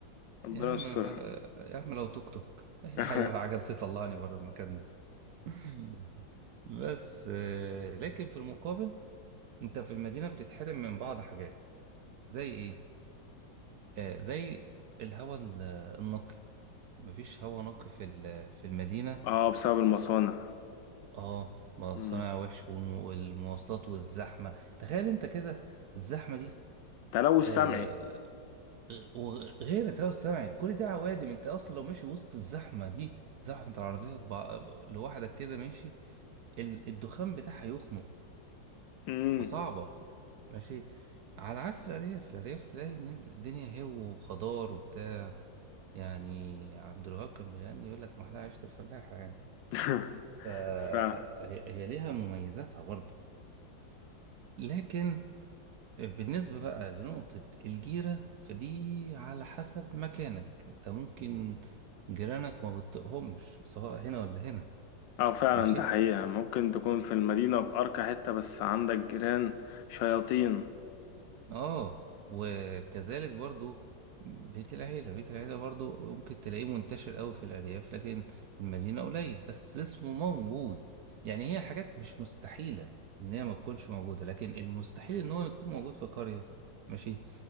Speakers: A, on the left; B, on the right.
A: ربنا
B: يا عم
A: يسترها
B: مال... يا عم لو توك توك اي
A: <laughs>
B: حاجه بقى عجل تطلعني بره المكان ده <laughs> بس آه، لكن في المقابل انت في المدينه بتتحرم من بعض حاجات زي ايه آه، زي الهواء ال- النقي مفيش هواء نقي في ال- في المدينه
A: اه بسبب المصانع
B: اه مصانع
A: مم.
B: وحش والم- والمواصلات والزحمه تخيل انت كده الزحمه دي
A: تلوث
B: آه،
A: سمعي
B: وغير تلوث سمعي كل ده عوادم انت اصلا لو ماشي وسط الزحمه دي زحمه العربيات بع- لوحدك كده ماشي ال- الدخان بتاعها يخنق
A: مم.
B: فصعبه ماشي على عكس الارياف الارياف تلاقي ان الدنيا هو وخضار وبتاع يعني عبد الوهاب كان بيغني يقول لك محلاها عيشه الفلاحه يعني
A: <laughs>
B: فهي
A: ف اه
B: هي ليها مميزاتها برضو لكن بالنسبة بقى لنقطة الجيرة فدي على حسب مكانك انت ممكن جيرانك ما بتطقهمش سواء هنا ولا هنا
A: اه فعلا
B: ماشي
A: ده حقيقة ممكن تكون في المدينة في أرقى حتة بس عندك جيران شياطين
B: اه وكذلك برضو بيت العيلة بيت العيلة برضو ممكن تلاقيه منتشر قوي في الأرياف لكن في المدينة قليل بس اسمه موجود يعني هي حاجات مش مستحيلة إن هي ما تكونش موجودة لكن المستحيل إن هو يكون موجود في قرية ماشي